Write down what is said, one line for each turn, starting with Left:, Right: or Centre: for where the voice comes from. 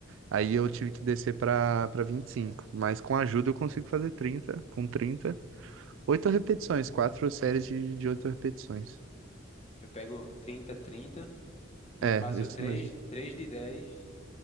Right: Aí eu tive que descer para para vinte e cinco Mas com ajuda eu consigo fazer trinta Com trinta oito repetições. Quatro séries de, de 8 repetições.
Left: Hum. Eu pego trinta, 30 e
Right: É,
Left: eu faço
Right: isso
Left: três,
Right: mesmo.
Left: 3 de 10.